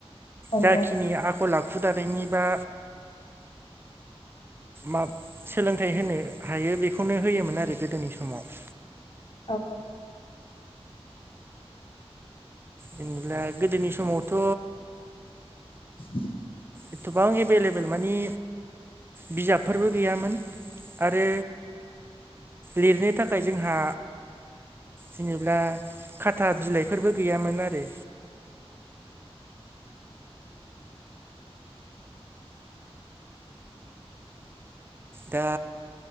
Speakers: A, on the left; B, on the right.
A: औ
B: जाखिनि आखल आखु दानायनि बा माब-सोलोंथाइ होनो हायो बेखौनो होयोमोन आरो गोदोनि समाव।
A: औ औ।
B: जेनोब्ला गोदोनि समावथ'
A: <inaudible>
B: एथ'बां एभेलेबेल मानि बिजाबफोरबो गैयामोन आरो लिरनो थाखाय जोंहा जेनोब्ला खाथा बिलाइ फोरबो गैयामोन आरो। दा